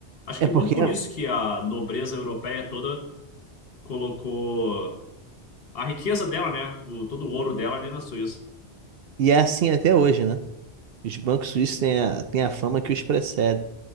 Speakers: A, on the left; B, on the right.
A: Acho
B: é
A: que
B: porque
A: muito por isso que a nobreza europeia toda colocou a riqueza dela, né? O, todo o ouro dela ali na Suíça.
B: e é assim até hoje, né? Os bancos suíços têm a, têm a fama que os precedem.